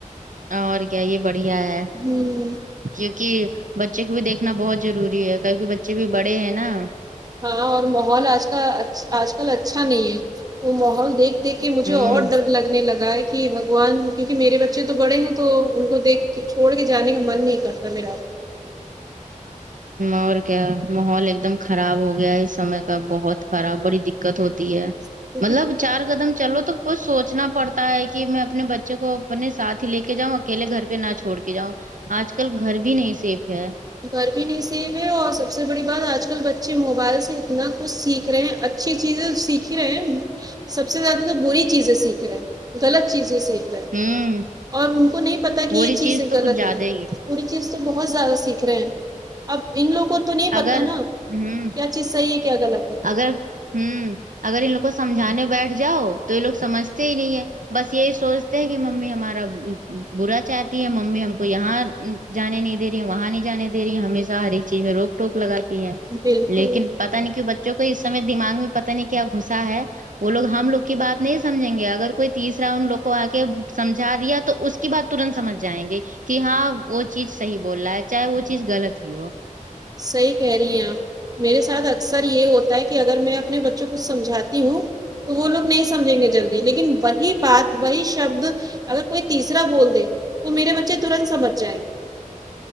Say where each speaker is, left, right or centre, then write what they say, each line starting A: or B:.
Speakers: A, on the right; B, on the right.
A: اور کیا یہ بڑھیا ہے
B: ہوں
A: کیونکہ بچے کو بھی دیکھنا بہت ضروری ہے کیونکہ بچے بھی بڑے ہیں نا
B: ہاں اور ماحول آج کل آج کل اچھا نہیں ہے وہ ماحول دیکھ دیکھ کہ مجھے
A: ہوں
B: اور ڈرد لگنے لگا ہے بھگوان کیونکہ میرے بچے تو بڑے ہیں تو ان کو دیکھ کے چھوڑ کے جانے کا من نہیں کرتا میرا
A: اور کیا ماحول ایک دم خراب ہو گیا ہے اس سمے کا بہت خراب بڑی دق دقت ہوتی ہے
B: کیونکہ
A: مطلب چار قدم چلو تو کچھ سوچنا پڑتا ہے کہ میں اپنے بچے کو اپنے ساتھ ہی لے کے جاؤں اکیلے گھر پہ نہ چھوڑ کے جاؤں آج کل گھر بھی نہیں سیف ہے
B: گھر بھی نہیں سوئے ہے اور سب سے بڑی بات آج کل بچے موبائل سے اتنا کچھ سیکھ رہے ہیں اچھی چیزیں تو سیکھی رہے ہیں سب سے زیادہ تو بری چیزیں سیکھ رہے غلط چیزیں سیکھ رہا
A: ہوں
B: اور ان کو نہیں پتا کہ
A: بولی
B: یہ چیز
A: تو
B: غلط
A: کچھ زیادہ
B: ہے
A: ہی
B: پوری چیز تو بہت زیادہ سیکھ رہے ہیں اب ان لوگوں کو تو نہیں پتا
A: اگر
B: نا
A: ہوں
B: کیا چیز صحیح ہے کیا غلط ہے
A: اگر ہوں اگر ان لوگ کو سمجھانے بیٹھ جاؤ تو یہ لوگ سمجھتے ہی نہیں ہے بس یہی سوچتے ہیں کہ ممی ہمارا برا چاہتی ہے ممی ہم کو یہاں جانے نہیں دے رہی وہاں نہیں جانے دے رہی ہمیشہ ہر ایک چیز میں روک ٹوک لگاتی ہیں
B: بالکل
A: لیکن پتا نہیں کیوں بچوں کو اسمے دمغ میں پتا نہیں کیا گھسا ہے وہ لوگ ہم لوگ کی بات نہیں سمجھیں گے اگر کوئی تیسرا ان لوگ کو آ کے سمجھا دیا تو اس کی بات ترنت سمجھ جائیں گے کہ ہاں وہ چیز صحیح بول رہا ہے چاہے وہ چیز غلط ہی ہو
B: صحیح کہہ رہی ہیں آپ میرے ساتھ اکثر یہ ہوتا ہے کہ اگر میں اپنے بچوں کو سمجھاتی ہوں تو وہ لوگ نہیں سمجھیں گے جلدی لیکن وہی بات وہی شبد اگر کوئی تیسرا بول دے تو میرے بچے ترنت سمجھ جائیں گے